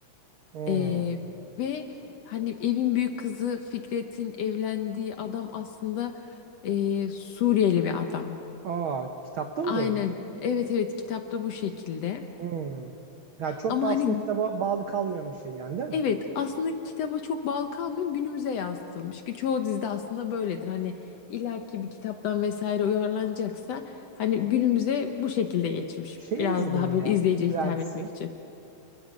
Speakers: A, on the right (about 80°); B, on the left (about 65°).
A: Hmm.
B: Ee, ve hani evin büyük kızı Fikret'in evlendiği adam aslında ee, Suriyeli bir adam.
A: Aa, kitapta mı
B: Aynen.
A: böyle?
B: Evet evet kitapta bu şekilde.
A: Hmm. Ya çok
B: Ama
A: da aslında
B: hani
A: kitaba bağlı kalmayan bir şey yani değil mi?
B: Evet, aslında kitaba çok bağlı kalmıyor, günümüze yansıtılmış ki çoğu dizide aslında böyledir. Hani illaki bir kitaptan vesaire uyarlanacaksa hani günümüze bu şekilde geçmiş.
A: Şey
B: Biraz
A: izledin
B: daha
A: mi
B: böyle
A: ya?
B: izleyiciye
A: Friends'i.
B: hitap etmek için.